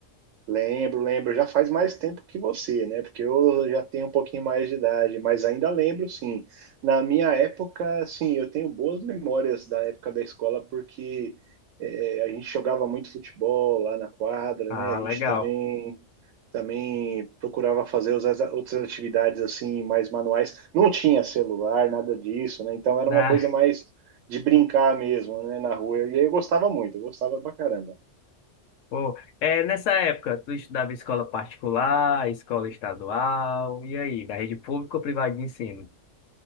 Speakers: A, on the right; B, on the left.
A: Lembro, lembro. Já faz mais tempo que você, né? Porque eu já tenho um pouquinho mais de idade, mas ainda lembro, sim. Na minha época, sim, eu tenho boas memórias da época da escola, porque eh, a gente jogava muito futebol lá na quadra,
B: Ah,
A: né? A gente
B: legal.
A: também,
B: <laughs>
A: também procurava fazer outras outras atividades, assim, mais manuais. Não tinha celular, nada disso, né? Então era
B: Ah,
A: uma coisa mais de brincar mesmo, né? Na rua. E aí eu gostava muito, eu gostava pra caramba.
B: pô. É, nessa época, tu estudava em escola particular, escola estadual, e aí, da rede pública ou privada de ensino?